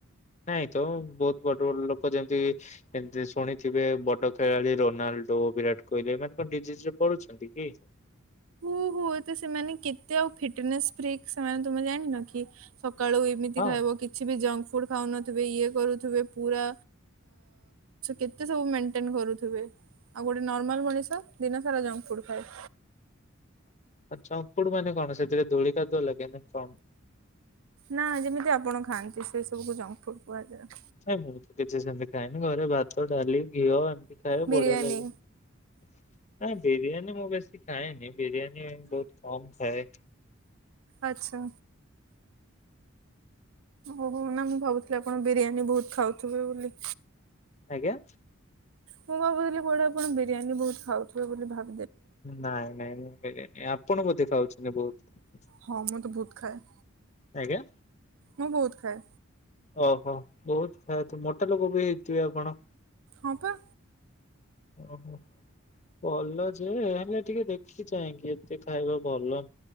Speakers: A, on the left; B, on the right.
A: ନାଇଁ ତ, ବହୁତ ବଡ ବଡ ଲୋକ ଯେମିତିତି ଶୁଣିଥିବେ, ବଡ ଖେଳାଳି ରୋନାଲଡ ବିରାଟ କୋହଲି, ଏମାନେ କଣ ଡିଜିଜ ରେ ପଢୁଛନ୍ତି କି?
B: ହୁଏତ ସେମାନେ କେତେ ଆଉ ଫିଟନେସ ଫ୍ର ସେମାନେ ତମେ ଜାଣିନ କି? ସକାଳୁ ଏମିତି
A: ହଁ
B: ଖାଇବ, କିଛି ବି ଜଙ୍କ ଫୁଡ ଖାଉନଥିବେ, ଇଏ କରୁଥିବେ, ପୁରା କେତେ ସବୁ ମେଣ୍ଟେନ କରୁଥିବେ ଆଉ ଗୋଟେ ନର୍ମାଲ ମଣିଷ, ଦିନ ସାରା ଜଙ୍କ ଫୁଡ ଖାଏ।
A: ଆଛା, ଉପୁଡ ମାନେ କଣ ସେଥିରେ ଧୂଳି କାଦୁଅ ଲାଗେନି କଣ?
B: ନା ଯେମିତି ଆପଣ ଖାଆନ୍ତି, ସେ ସବୁକୁ ଜଙ୍କ ଫୁଡ କୁହାଯାଏ।
A: ନାଇଁ, ମୁଁ ତ କିଛି ସେମିତି ଖାଇନି, ଘରେ ଭାତ, ଡାଲି, ଘିଅ ଖାଇବା
B: ବିରିୟାନୀ
A: ବଢିଆ ଲାଗେ ନା, ବିରିୟାନୀ ମୁଁ ବେଶୀ ଖାଏନି। ବିରିୟାନ ବହୁତ କମ ଖାଏ।
B: ଆଛା। ଓହୋ, ନା ମୁଁ ଭାବୁଥିଲି ଆପଣ ବିରିୟାନୀ ବହୁତ ଖାଉଥିବେ ବୋଲି।
A: ଆଜ୍ଞା।
B: ମୁଁ ଭାବୁଥିଲି କୋଉଟେ ଆପଣ ବିରିୟାନୀ ବହୁତ ଖାଉଥିବ ବୋଲି, ଭାବି
A: ନାଇଁ ନାଇଁ, ବିରିୟାନି, ଆପଣ ବୋଧେ ଖାଉଛନ୍ତି ବହୁତ?
B: ହଁ ମୁଁ ତ ବହୁତ ଖାଏ।
A: ଆଜ୍ଞା।
B: ମୁଁ ବହୁତ ଖାଏ।
A: ଓହୋ ବହୁତ ଫ୍ୟା ମୋଟା ଲୋକ ବି ହେଇଥିବେ ଆପଣ?
B: ହଁ ପା
A: ଓହୋ ଭଲ ଯେ- ହେଲେ ଟିକେ ଦେଖ କି ଚାହିଙ୍କି ଏତେ ଖାଇବା ଭଲନ